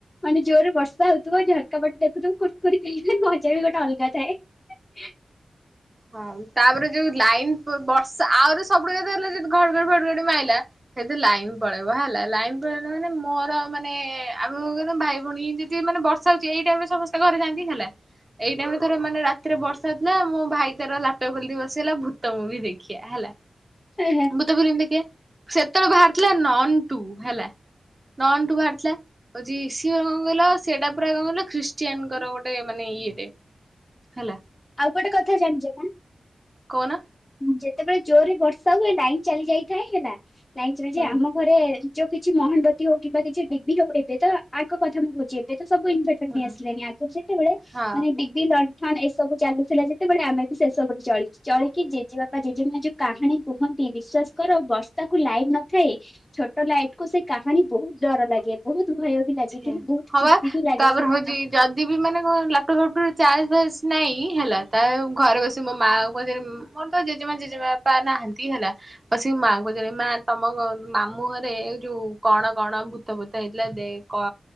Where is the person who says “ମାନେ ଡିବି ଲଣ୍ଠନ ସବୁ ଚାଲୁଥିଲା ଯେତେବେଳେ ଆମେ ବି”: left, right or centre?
Left